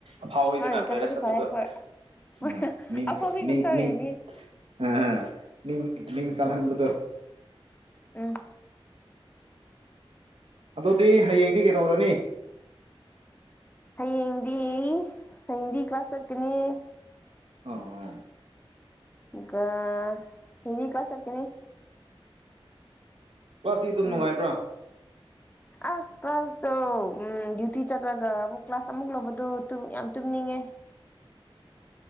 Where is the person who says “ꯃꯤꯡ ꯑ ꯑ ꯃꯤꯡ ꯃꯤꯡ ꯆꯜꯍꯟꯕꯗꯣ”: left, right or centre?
Right